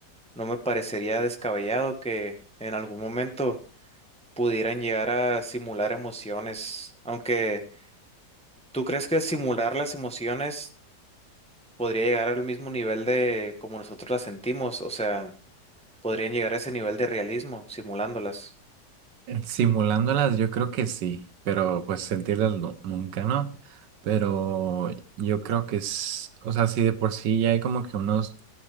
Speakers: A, in the centre; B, on the right.
A: No me parecería descabellado que en algún momento pudieran llegar a simular emociones. Aunque, ¿tú crees que simular las emociones podría llegar al mismo nivel de como nosotros las sentimos? O sea, podrían llegar a ese nivel de realismo simulándolas.
B: Simulándolas yo creo que sí, pero pues sentirlas nu- nunca no. Pero yo creo que es, o sea, sí de por sí ya hay como que unos,